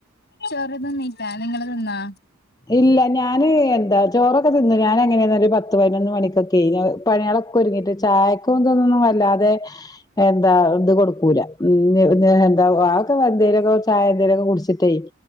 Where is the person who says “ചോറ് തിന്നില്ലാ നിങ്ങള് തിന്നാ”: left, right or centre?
Left